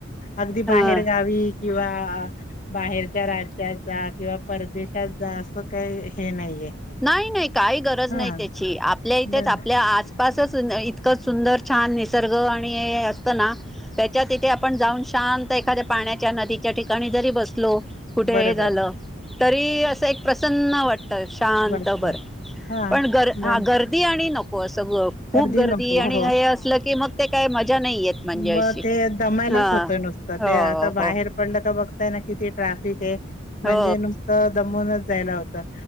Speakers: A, on the left; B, in the centre.
A: अगदी
B: ह
A: बाहेर गावी किंवा बाहेरच्या राज्यात जा किंवा परदेशात जा काही हे नाहीये.
B: नाही नाही काही गरज
A: हां
B: नाही त्याची आपल्या इथेच
A: बर
B: आपल्या आस असचं इतकं सुंदर छान निसर्ग आणि हे असत ना त्याच्या तिथे आपण जाऊन शांत एखाद्या पाण्याच्या नदीच्या ठिकाणी जरी बसलो कुठे
A: बरोबर
B: हे झालं तरी असं एक प्रसन्न वाटत. शांत
A: वाटतं
B: बरं
A: हां.
B: पण गर
A: मग
B: हा गर्दी आणि नको. असं ग- खूप
A: गर्दी नको
B: आणि
A: हो
B: हे असलं की मग ते काय मजा नाही येत म्हणजे
A: म
B: अशी
A: ते दमायलाच
B: हा
A: होत नुसतं
B: हो
A: ते आता बाहेर
B: हो
A: पडलं का बघ बघताय ना किती ट्राफिक आहे म्हणजे
B: हो
A: नुसतं दमूनच जायला होतं.